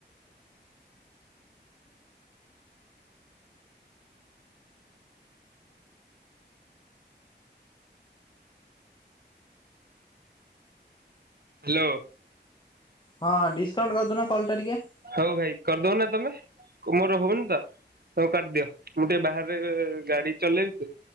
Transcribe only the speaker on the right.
ହାଲୋ।
ହୋଉ ଭାଇ କରଦୋଉନ ତମେ। କୁ ମୋର ହୋଉନି ତ ତମେ କରଦିଅ ମୁଁ ଟିକେ ବାହାରେରେ ଗାଡି ଚଲେଇବି